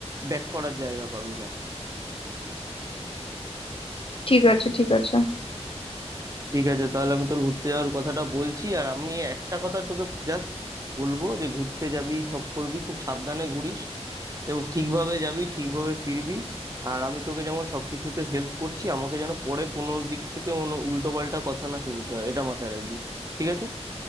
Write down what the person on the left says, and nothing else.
ঠিক আছে ঠিক আছে